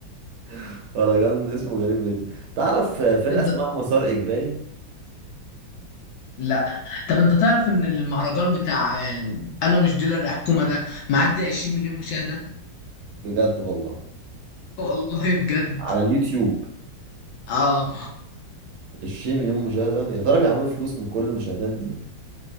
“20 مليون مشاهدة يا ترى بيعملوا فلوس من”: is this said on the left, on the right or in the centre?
Right